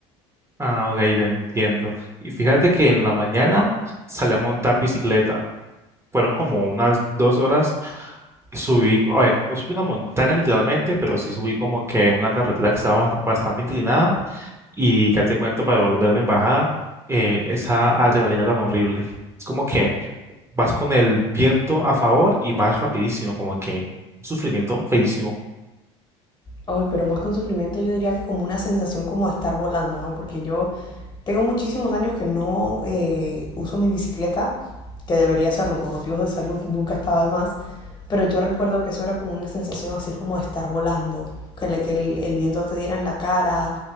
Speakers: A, on the right; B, on the left.
A: Ah, ok, te entiendo. Y fíjate que en la mañana salí a montar bicicleta. Fueron como unas dos horas Subí, a ver, no subí una montaña literalmente, pero sí subí como que una carretera que estaba bas- bastante inclinada y ya te cuento para volverme en bajada, eh, esa adrenalina tan horrible. Es como que vas con el viento a favor y vas rapidísimo, como que un sufrimiento feísimo.
B: Ay, pero más que un sufrimiento, yo diría que como una sensación como de estar volando, ¿no? Porque yo tengo muchísimos años que no eh, uso mi bicicleta, que debería hacerlo por motivos de salud, nunca estaba de más. Pero yo recuerdo que eso era como una sensación así como de estar volando, que, le- que el, el viento te diera en la cara